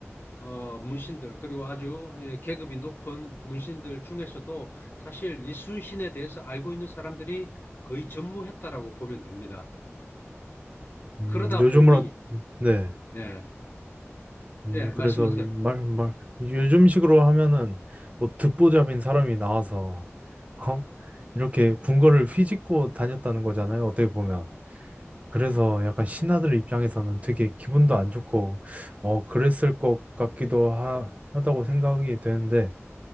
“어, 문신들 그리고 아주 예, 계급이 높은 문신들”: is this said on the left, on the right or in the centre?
Left